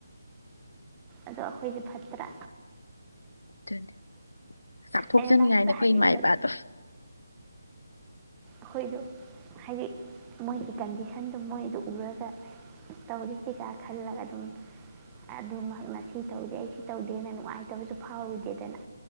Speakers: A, on the right; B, on the left.
A: ꯑꯗꯣ ꯑꯩꯈꯣꯏꯖꯦ ꯐꯠꯇ꯭ꯔꯥ
B: ꯑꯗꯨꯅꯤ ꯆꯥꯎꯊꯣꯛꯆꯅꯤꯡꯉꯥꯏꯅꯦ
A: ꯑꯩꯅ ꯂꯥꯁꯇ
B: ꯑꯩꯈꯣꯏ
A: ꯍꯥꯏꯅꯤꯡꯕꯗꯤ
B: ꯏꯃꯥ ꯏꯄꯥꯗꯣ
A: ꯑꯩꯈꯣꯏꯗꯨ ꯍꯥꯏꯗꯤ ꯃꯣꯏꯒꯤ ꯀꯟꯗꯤꯁꯟꯗ ꯃꯣꯢꯗꯣ ꯎꯔꯒ ꯇꯧꯔꯤ ꯁꯤ ꯀ ꯈꯜꯂꯒ ꯑꯗꯨꯝ ꯑꯗꯨꯃꯍꯥꯛꯅ ꯁꯤ ꯇꯧꯗꯦ ꯑꯩ ꯁꯤ ꯇꯧꯗꯦꯅ ꯅꯨꯡꯉꯥꯏꯇꯕꯁꯨ ꯐꯥꯎꯗꯦꯗꯅ